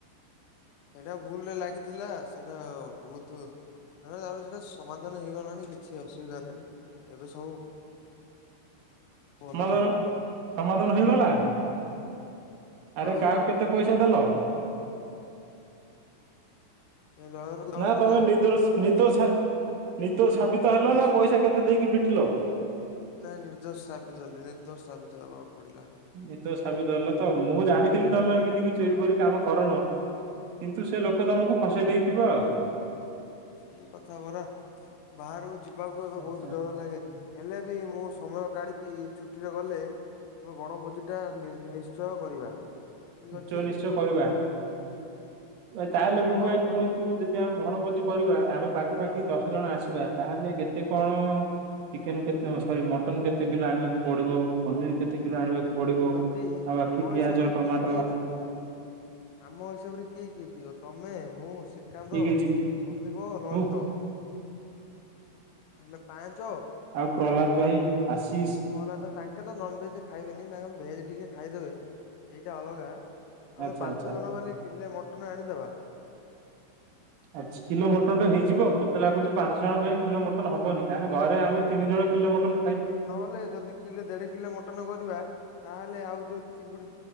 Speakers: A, on the left; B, on the right.
A: ସେଇଟା ଭୁଲରେ ଲାଗିଥିଲା ସେଇଟା ବହୁତ ନା ତାପରେ ସେଇଟା ସମାଧାନ ହେଇଗଲାଣି କିଛି ଅସୁବିଧା ନାହିଁ ଏବେ ସବୁ ଭଲ
B: ସମାଧାନ
A: ଚାଲିଥିଲା
B: ସମାଧାନ ହେଇଗଲା? ଆରେ
A: ଆଉ
B: କାହାକୁ କେତେ ପଇସା ଦେଲ?
A: ସେ ଲୟରକୁ ଦବାକୁ
B: ନା
A: ପଡିଲା।
B: ତମେ ନିଦୋଷ
A: ମୁଁ
B: ନିଦ
A: କିଛି ନ
B: ଛା ନିଦୋଷ ସାବିତ
A: ନିର୍ଦ୍ଦୋଷ
B: ହେଲ ନା ପଇସା କେତେ ଦେଇକି ଫିଟିଲ?
A: ନାଇଁ ନିର୍ଦୋଷ ସାବିତ ହେଲି ନିର୍ଦୋଷ ସାବିତ ହେବାକୁ ପଡିଲା।
B: ନିର୍ଦ୍ଦୋଷ ସାବିତ ହେଲ ତ ମୁଁ ଜାଣିଥିଲି ତମେ ଏମିତି କିଛି ଚୋରି ଫୋରି କାମ କରୁନ। କିନ୍ତୁ ସେ ଲୋକ ତମକୁ ଫସେଇ ଦେଇଥିବ ଆଉ।
A: ସେଇ କଥା ପରା ବାହାରକୁ ଯିବାକୁ ଏବେ
B: ଆଚ୍ଛା
A: ବହୁତ
B: ଆଚ୍ଛା
A: ଡର ଲାଗେ। ହେଲେ ବି ମୁଁ ସମୟ କାଢ଼ିକି ଛୁଟିରେ ଗଲେ ତୁମ ବଣଭୋଜିଟା ନି ନିଶ୍ଚୟ କରିବା। ଠିକ
B: ନିଶ୍ଚୟ
A: ଅଛି
B: ନିଶ୍ଚୟ କରିବା ଭାଇ ତାହେଲେ ବିଭୁ
A: ନ
B: ଭାଇ
A: କରି
B: କୁହନ୍ତୁ ଯେ ଯଦି ଆମେ ବଣଭୋଜି କରିବା ଆମେ ପାଖାପାଖି ଦଶ ଜଣ ଆସିବା ତାହେଲେ କେତେ କଣ ଚିକେନ୍ କେତେ ସରି ମଟନ୍ କେତେ କିଲୋ ଆଣିବାକୁ ପଡିବ ପନିର କେତେ କିଲୋ ଆଣିବାକୁ ପଡ଼ିବ
A: ଯଦି
B: ଆଉ ବାକି
A: ମୋ
B: ପିଆଜ
A: ହିସାବରେ
B: ଟମାଟ୍
A: କିଏ କିଏ ଯିବ? ଆମ ହିସାବରେ କିଏ କିଏ ଯିବ ତମେ ମୁଁ ଶ୍ରୀକାନ୍ତ,
B: ଠିକ ଅଛି
A: ସନ୍ଦୀପ, ଲଳିତ
B: ମୁଁ
A: ଆମେ ପାଞ୍ଚ
B: ଆଉ ପ୍ରହ୍ଲାଦ ଭାଇ ଆଶିଷ
A: ପ୍ରହଲ୍ଲାଦ ତ ତାଙ୍କେ ତ ନନ୍ ଭେଜ୍ ଖାଇବେନି ତାଙ୍କର ଭେଜ୍ ଟିକେ ଖାଇଦେବେ। ଏଇଟା ଅଲଗା ଆମେ
B: ଆଚ୍ଛା
A: ପାଞ୍ଚ
B: ଆଚ୍ଛା
A: ଜଣ ବଲେ କିଲେ ମଟନ ଆଣିଦବା
B: ପାଞ୍ଚ କିଲୋ ମଟନ୍ ଟା ହେଇଯିବ ମତେ ଲାଗୁଛି ପାଞ୍ଚ ଜଣ ପାଇଁ କିଲୋ ମଟନ ହବନି ଆରେ ଘରେ ଆମେ ତିନି ଜଣ କିଲେ ମଟନ୍
A: ନହେଲେ ଯଦି କିଲେ ଦେଢ଼ କିଲେ ମଟନ୍ କରିବା ତାହେଲେ ଆଉ ଯୋଉ ଚିଙ୍ଗୁଡ଼ି